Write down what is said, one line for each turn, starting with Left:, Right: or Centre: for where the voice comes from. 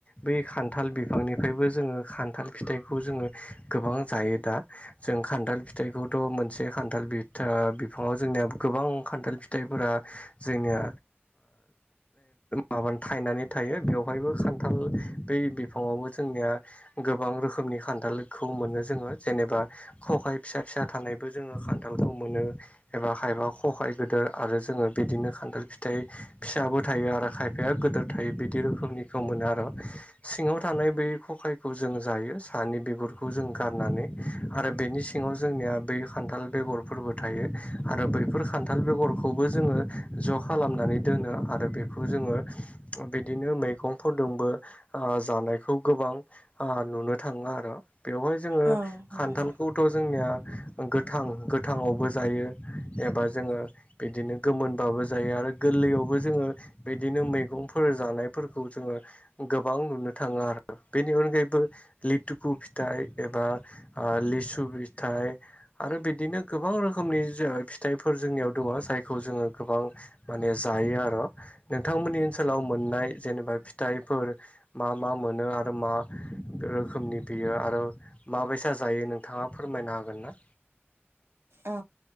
Left: बै खान्थाल बिफांनिफ्रायबो जोंङो खान्थाल फिथाइखौ जोंङो गोबां जायो दा। जों खान्थाल फिथाइखौथ' मोनसे खान्थाला बिफाङाव जोंनिया गोबां खान्थाल फिथाइफोरा जोंनिया माब थायनानै थायो बेवहायबो खान्थाल बै बिफाङावबो जोंनिया गोबां रोखोमनि खान्थालखौ मोनो जोंङो जेनेबा खखाय फिसा फिसा थानायबो जोंङो खान्थालखौ मोनो एबा खखायबा खहाय गिदिर आरो जोङो बिदिनो खान्थाल फिथाइ फिसाबो थायो आरो खायफाया गिदोर थायो बिदि रोखोमनिखौ मोनो आरो सिङाव थानाय बै खखायखौ जों जायो सानि बिगुर खौ जों गारनानै आरो बेनि सिङाव जोंनिया बै खान्थाल बेगरफोरबो थायो आरो बैफोर खान्थाल बेगरखौबो जोंङो ज' खालामनानै दोनो आरो बेखौ जोंङो बिदिनो मैगंफोरजोंबो जानायखौ गोबां ओ नुनो थांङो आरो बेवहाय जोंङो
Right: औ नंगौ।
Left: खान्थालखौ थ' जोंनिया गोथां गोथांङावबो जायो एबा जोंङो बिदिनो गोमोनबाबो जायो आरो गोरलैयावबो जोंङो बिदिनो मैगंफोर जानायफोरखौ जोङो गोबां नुनो थाङा आरो बेनि अनगायैबो लिथुकु फिथाइ एबा लिसु फिथाइ आरो बिदिनो गोबां रोखोमनि फिथाइफोर जोंनियाव दङ जायखौ जोङो गोबां माने जायो आरो नोंथांमोननि ओनसोलाव मोननाय जेनेबा फिथाइफोर मा मा मोनो आरो मा रोखोमनि बियो आरो माबैसा जायो नोंथाङा फोरमायनो हागोन ना
Right: औ